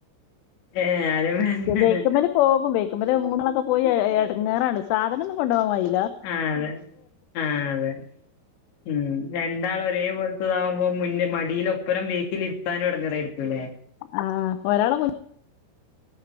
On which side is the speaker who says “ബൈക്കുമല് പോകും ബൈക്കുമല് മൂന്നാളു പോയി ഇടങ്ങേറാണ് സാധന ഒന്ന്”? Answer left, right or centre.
Left